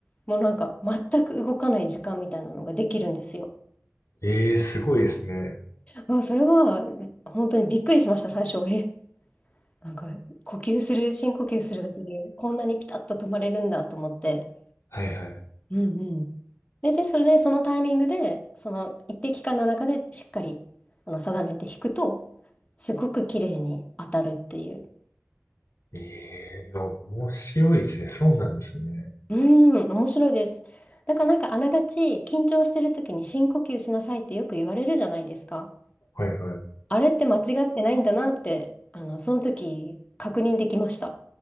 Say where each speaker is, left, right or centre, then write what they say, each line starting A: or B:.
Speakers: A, on the left; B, on the left.
A: もうなんか全く動かない時間みたいなのができるんですよ。
B: ええ、すごいですね。
A: あ、それは本当にびっくりしました、最初。え、なんか呼吸する、深呼吸するだけでこんなにピタッと止まれるんだと思って。
B: はいはい。
A: うんうん。で、で、それで、そのタイミングで、その一定期間の中でしっかりあの定めて弾くと、すごく綺麗に当たるっていう。
B: ええ、いや、面白いですね。そうなんですね。
A: うん、面白いです。だからなんかあながち緊張してる時に深呼吸しなさいってよく言われるじゃないですか。
B: はいはい。
A: あれって間違ってないんだなって、あの、その時確認できました。